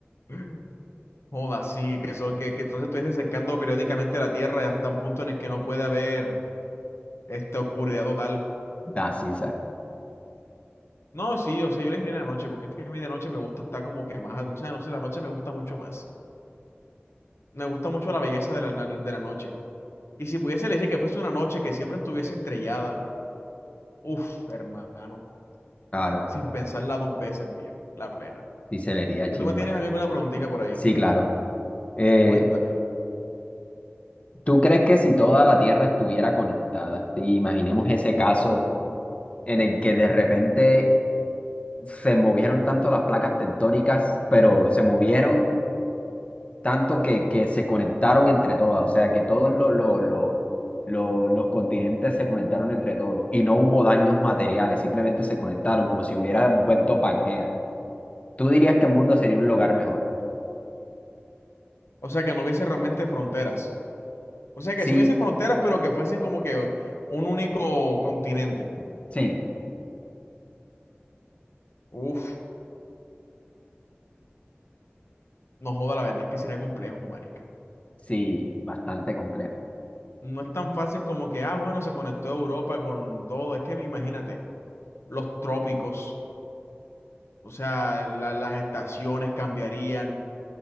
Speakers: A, on the left; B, on the left.
A: <gasps> Joda, sí, que, eso, que, que entonces estuviese secando periódicamente la tierra hasta un punto en el que no puede haber esta oscuridad total.
B: Da, sí, sa-
A: No, sí, o sea, yo le diré en la noche, porque es que a mí de noche me gusta estar como que más, o sea, no sé, la noche me gusta mucho más. Me gusta mucho la belleza de la, na- de la noche. Y si pudiese elegir que fuese una noche que siempre estuviese estrellada, uff, hermano,
B: claro.
A: sin pensarla dos veces, viejo, la plena.
B: Y se vería chimba.
A: ¿Y tú me tienes a mí alguna preguntita por ahí?
B: Sí, claro. Eh,
A: Cuéntame.
B: ¿tú crees que si toda la Tierra estuviera conectada? Sí, imaginemos ese caso en el que de repente se movieron tanto las placas tectónicas, pero se movieron tanto que, que se conectaron entre todas, o sea, que todos lo- lo- lo- lo- los continentes se conectaron entre todos y no hubo daños materiales, simplemente se conectaron como si hubiera vuelto Pangea. ¿Tú dirías que el mundo sería un lugar mejor?
A: O sea, que no hubiese realmente fronteras. O sea, que
B: Sí,
A: si hubiese fronteras, pero que fuesen como que un único continente.
B: sí,
A: Uff, no joda, la verdad es que sería complejo, marica.
B: sí, bastante complejo.
A: No es tan fácil como que, ah, bueno, se conectó Europa con todo. Es que me- imagínate, los trópicos, o sea, la- las estaciones cambiarían,